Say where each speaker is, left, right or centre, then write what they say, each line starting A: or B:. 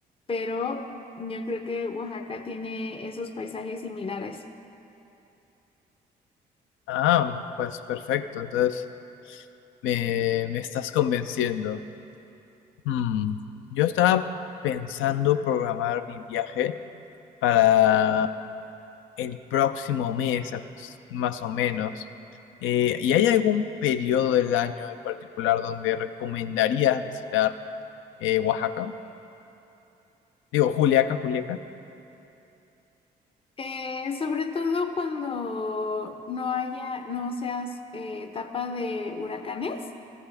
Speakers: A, on the left; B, on the left.
A: pero yo creo que Oaxaca tiene esos paisajes similares.
B: Ah, pues perfecto, entonces me, me estás convenciendo. Mm, Yo estaba pensando programar mi viaje para el próximo mes, aprox- más o menos. Eh, ¿y hay algún periodo del año en particular donde recomendarías visitar eh, Oaxaca? Digo, Juliaca, Juliaca.
A: Eh, sobre todo cuando no haya, no seas eh, etapa de huracanes,